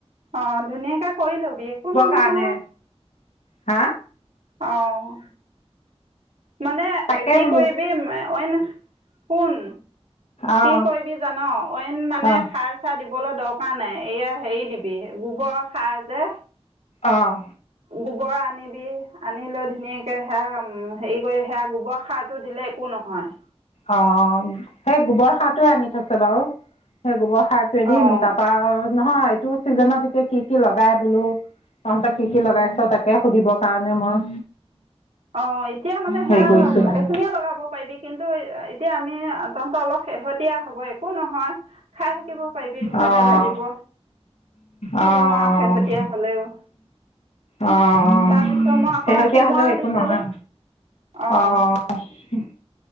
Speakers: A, on the right; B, on the left.
A: অ ধুনীয়াকে কৰি লবি, একো নহয়
B: কাৰণে
A: নহয়।
B: হা?
A: অহ মানে
B: তাকে
A: কি
B: বোলো
A: কৰিবি এ ঐন কোন?
B: অঁ
A: কি কৰিবি জান? ঐন মানে
B: অ'
A: খাৰ চাৰ দিব দিবলৈ দৰকাৰ নাই, এয়া হেৰি দিবি গোবৰ সাৰ যে?
B: অহ
A: গোবৰ আনিবি আনি লৈ ধুনীয়াকে হেয়া উ হেৰি কৰি সেয়া গোবৰ সাৰটো দিলে একো নহয়।
B: অ সেই গোবৰৰ সাৰটোয়ে আনি থৈছে বাৰু সেই গোবৰৰ সা থৈ দিম,
A: অঁ
B: তাৰপৰা আউ নহয় এইটো চিজনত এতিয়া কি-কি লগাই বোলো, তহঁতে কি-কি লগাইছ তাকে সুধিব কাৰণে মই
A: অ এতিয়া মানে সেয়া
B: হেৰি কৰিছোঁ মানে
A: এইখিনিয়ে লগাব পাৰিবি কিন্তু এতিয়া আমি তহঁতৰ অলপ শেহতীয়া হ'ব একো নহয়। খাই থাকিব পাৰিবি ঘৰতে
B: অ'
A: লাগিব, কিনো
B: অ' অ'
A: আৰু শেহতীয়া হ'লেও।
B: অঁ
A: তাৰপিছত মই আকৌ
B: শেহতীয়া
A: কোমোৰা
B: হ'লেও একো
A: দিছোঁ
B: নহয়।
A: অঁ
B: অ' উম